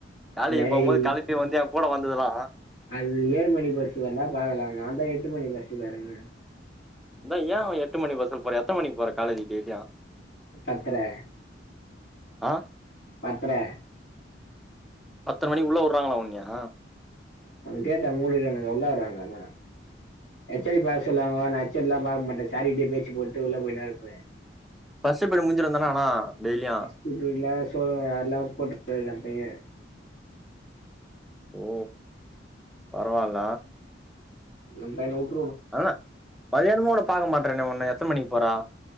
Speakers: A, in the centre; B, on the left.
A: காலேஜ்
B: டேய்
A: போம்போது கலப்பி வந்த அவங்க கூட வந்ததுலா
B: அது ஏழு மணி பஸ் வந்தா பாக்கலாம்ங்க நான்தான் எட்டு மணி பஸ்க்கு வரன்ன
A: அதான் ஏன் எட்டு மணி பஸ்கு போறே எத்தன மணிக்கு போற காலேஜி டெய்லிம்
B: பத்தர
A: அ
B: பத்ர
A: பத்ர மணிக் வஉள்ள உத்றாங்களா உண்ணியா
B: கேட்டா மூடிறானுங்க உள்ளா வறாங்கனா எச்ச பாக்க சொல்லுவாங்க நா அச்சடி எல்லாம் பாக்க மாட்ட சாரிட்டய பேச்சு போட்டு உள்ள போய் நா இருப்ப
A: பஸ்டுப்பிரேட் முடிஞ்சிருந்தானா ஆனா டெய்லியும்
B: பிரஸ்ட்பிரேட்ல்லா சோ போட்டு போய்ட்டு நா பைய
A: ஓ பரவால
B: நம் பைன் ஊர்
A: ஆன மதியானமோ உன்ன பாக்க மாட்றானே ஒன்னு எத்தன் மணிக் போறா